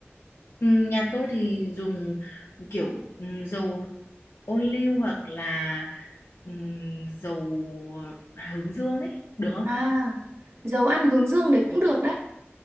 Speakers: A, on the left; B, on the right.
A: Ừ, Nhà tôi thì dùng kiểu ừ, dầu ô liu hoặc là ừ, dầu hướng dương ấy, được không?
B: À, dầu ăn hướng dương đấy cũng được đấy.